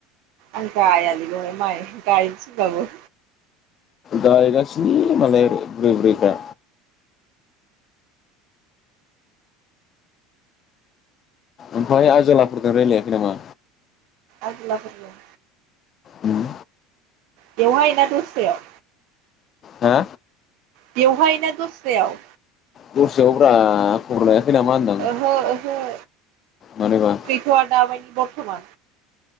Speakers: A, on the right; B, on the left.
A: आं गायालै बेवहाय माय गायनो थिनबाबो।
B: गायगासिनो मालाय बुरि बुरिफ्रा। ओमफ्राय आजोलाफोरजों रायज्लायाखै नामा?
A: आजोलाफोरजों
B: उम।
A: बेवहाय ना दस्रायाव?
B: हो?
A: बेवहाय ना दस्रायाव
B: दस्रायाव ब्रा खबर लायाखै नामा होनदां
A: ओहो ओहो
B: मानोबा
A: <unintelligible> दाबायदि बर्थमान